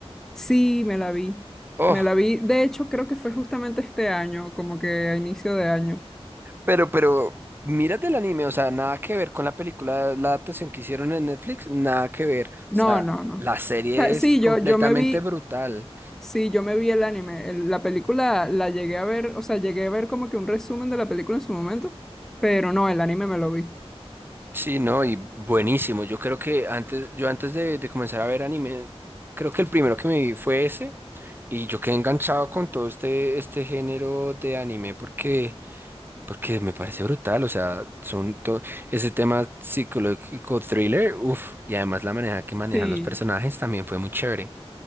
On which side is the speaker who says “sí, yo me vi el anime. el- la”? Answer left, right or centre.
Centre